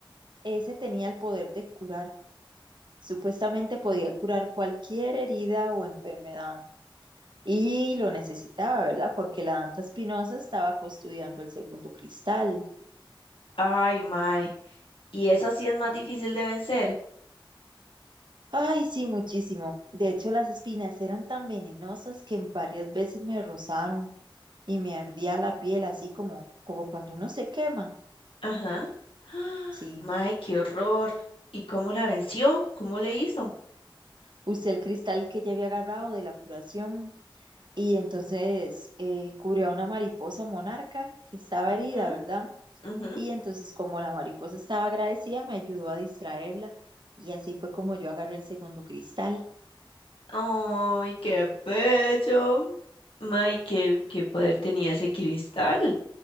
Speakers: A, on the right (about 60°); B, on the left (about 85°).
A: Ese tenía el poder de curar. Supuestamente podía
B: Mm.
A: curar cualquier herida o enfermedad. Y lo necesitaba, ¿verdad? Porque la Danta Espinosa estaba custodiando el segundo cristal.
B: Ay, mae. ¿Y esa sí es más difícil de vencer?
A: Ay, sí, muchísimo. De hecho, las espinas eran tan venenosas que en varias veces me rozaron y me ardía la piel, así como, como cuando uno se quema.
B: Ajá. <gasps> Ah,
A: Sí,
B: Mae, qué horror. ¿Y cómo la venció? ¿Cómo le hizo?
A: usé el cristal que ya había agarrado de la curación y entonces eh, curé a una mariposa monarca que estaba herida,
B: Mm,
A: ¿verdad?
B: ujú.
A: Y entonces, como la mariposa estaba agradecida, me ayudó a distraerla. Y así fue como yo agarré el segundo cristal.
B: Ay, qué bello. Mae, ¿qué, qué poder tenía ese cristal?